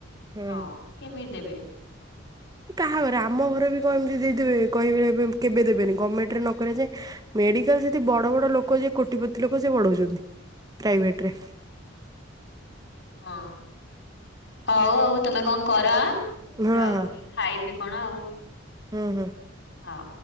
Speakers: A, on the right; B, on the left.
A: ହୁଁ
B: ହଁ କେମିତି ଦେବେ।
A: କାହାଘରେ ଆମ ଘରେ ବି କଣ ଏମିତି ଦେଇଦେବେ କହିବେ କେବେ ଦେବେନି ଗମେଣ୍ଟରେ ନ କରାଯାଏ। ମେଡିକାଲ ଯେତି ବଡ ବଡ ଲୋକ ଯିଏ କୋଟିପତି ଲୋକ ସିଏ ପଢଉଛନ୍ତି ପ୍ରାଇଭେଟରେ।
B: ହଁ ହଉ ହଉ ତମେ କଣ କର ଆଁ
A: ହଁ ହଁ
B: ରହୁଚି ଖାଇବି କଣ ଆଉ।
A: ହୁଁ ହୁଁ।
B: ହଁ।